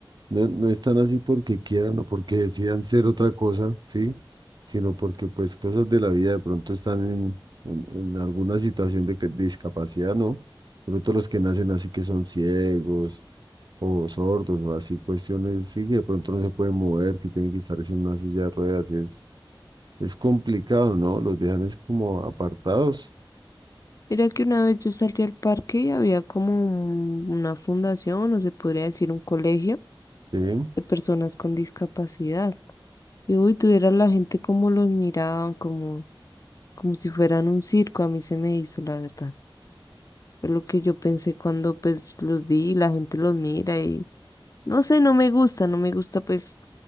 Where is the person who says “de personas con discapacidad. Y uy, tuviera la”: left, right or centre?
Left